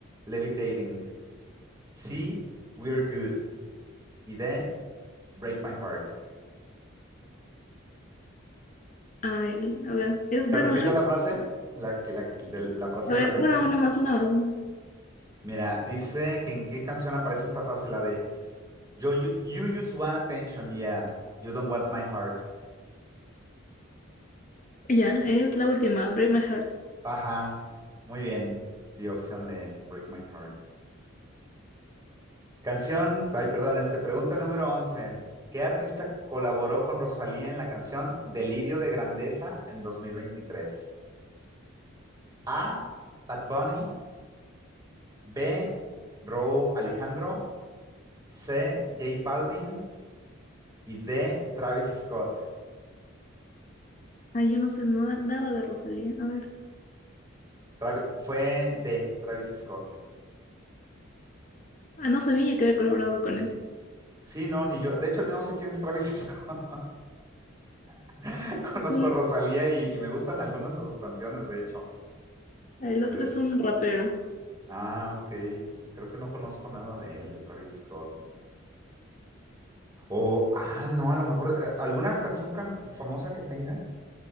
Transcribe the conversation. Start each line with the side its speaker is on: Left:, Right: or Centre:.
Right: Levitating. C, We're Good. Y D, Break My Heart.
Left: Ah, el- a ver, es
Right: Te
Left: Break
Right: repito
Left: My Heart.
Right: la frase, la, que- la- de- la frase
Left: A
Right: de
Left: ver,
Right: la canción.
Left: una, una más, una más. ¿no?
Right: Mira, dice que en qué canción aparece esta frase, la de "Yo- you, you just want attention, yeah. You don't want my heart.
Left: Ya, es la última, Break My Heart.
Right: Ajá, muy bien. Sí, opción de Break My Heart. Canción, ay, perdón, este, pregunta número 11. ¿Qué artista colaboró con Rosalía en la canción Delirio de Grandeza en 2023? A. Bad Bunny. B. Raúl Alejandro. C. J Balvin. Y D. Travis Scott.
Left: Ah, yo no sé nada, nada de Rosalía. A ver.
Right: Travi- fue D. Travis Scott.
Left: Ah, no sabía que había colaborado con él.
Right: Sí, no, ni yo. De hecho, no sé quién es Travis Scott. <laughs> Conozco
Left: Es un-
Right: a Rosalía y, y me gustan algunas de sus canciones, de hecho.
Left: el otro
Right: Pero-
Left: es un rapero.
Right: ah, ok. Creo que no conozco nada de él, de Travis Scott. O, ah, no, a lo mejor, eh, ¿alguna canción can- famosa que tenga,